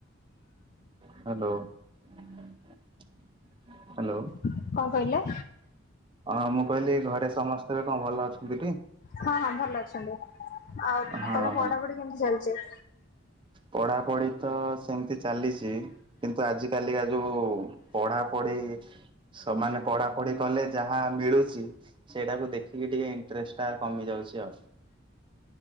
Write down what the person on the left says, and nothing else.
କଣ କହିଲେ?
ହଁ ହଁ ଭଲ ଅଛନ୍ତି ଆଉ
ତମ
ପଢାପଢି କେମତି ଚାଲିଛି?